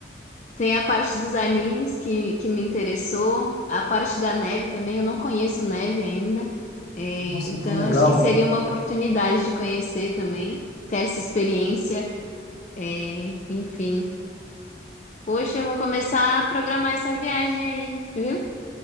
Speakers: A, on the left (about 40°); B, on the left (about 60°).
A: Tem a parte dos animes que, que me interessou, a parte da neve também. Eu não conheço neve ainda, É,
B: nossa,
A: então
B: é tão legal.
A: acho que seria uma oportunidade de conhecer também, ter essa experiência. É, enfim, poxa, eu vou começar a programar essa viagem aí, viu?